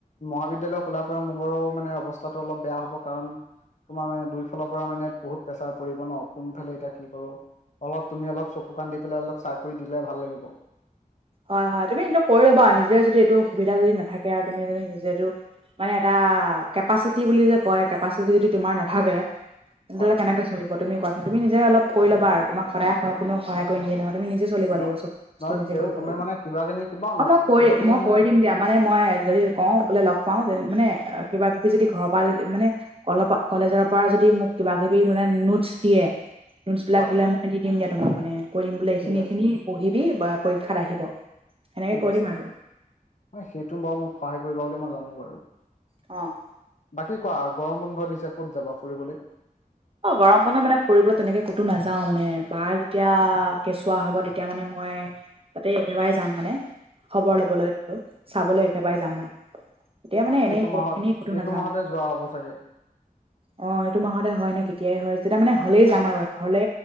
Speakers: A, on the left; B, on the right.
A: মহাবিদ্যালয় খোলাৰ পৰা মোৰ বাৰু মানে অৱস্থাটো অলপ বেয়া হ'ব কাৰণ তোমাৰ মানে দুইফালৰ পৰা মানে বহুত প্ৰেছাৰ পৰিব ন' কোনফালে এতিয়া কি কৰোঁ। অলপ তুমি অলপ চকু কাণ দি পেলাই অলপ চাই কৰি দিলে ভাল লাগিব।
B: হয় হয়, তুমি এইটো কৰি ল'বা, নিজে যদি এইটো সুবিধা যদি নাথাকে আৰু তুমি যদি নিজে এইটো মানে এটা কেপাচিটি বুলি যে কয়, কেপাচিটি যদি তোমাৰ নাথাকে তেন্ত
A: হয়
B: হলে কেনেক চলিব তুমি কোৱাচোন, তুমি নিজে অলপ কৰি ল'বা আৰু তোমাক সদায় কোনেও সহায় কৰি নিদিয়ে নহয়। তুমি নিজ চলিব
A: ন
B: লাগিব, চব বস্তু
A: নহয়
B: নিজে
A: তেওঁ
B: কৰিব
A: তুমি
B: লাগিব।
A: মানে কিবাখিনি কিবা
B: অ' মই কৈ,
A: কিবা খিনি
B: মই
A: মানে
B: কৈ দিম দিয়া, মানে মই যদি কওঁ বোলে লগ পাওঁ, মানে কিবা কিবি যদি ঘৰৰ পৰা মানে অলপ কলেজৰ পৰা যদি মোক কিবা কিবি মানে নোটছ দিয়ে নোটছবিলাক
A: হয়
B: দিলে মই দি দিম দিয়া তোমাক মানে কৈ দিম বোলে এইখিনি
A: ঠিক আছে
B: এইখিনি পঢ়িবি বা পৰীক্ষাত আহিব। সেনেকে
A: ঠিক
B: কৈ
A: আছে,
B: দিম আৰু
A: সেইটো বাৰু মোক সহায় কৰিবা বুলি মই জানো বাৰু।
B: অ'।
A: বাকী কোৱা গৰম বন্ধ দিছে ক'ত যাবা ফুৰিবলৈ?
B: অ' গৰম বন্ধত মানে ফুৰিবলৈ তেনেকে ক'তো নাযাও মানে, বাৰ যেতিয়া কেঁচুৱা হ'ব তেতিয়া মানে মোক মই তাতেই একেবাৰে যাম মানে, খবৰ
A: হয়
B: ল'বলৈ আৰু, চাবলৈ একেবাৰে
A: হয়
B: যাম মানে। এতিয়া মানে
A: অ
B: এনেই
A: এইটো
B: ক'ত
A: মাহত
B: এনেই ক'তো
A: এইটো
B: নাযাও।
A: মাহতে যোৱা হ'ব চাগে
B: অ' এইটো মাহতে হয় নে যেতিয়াই হয়, যেতিয়া মানে হ'লেই যাম আৰু হ'লে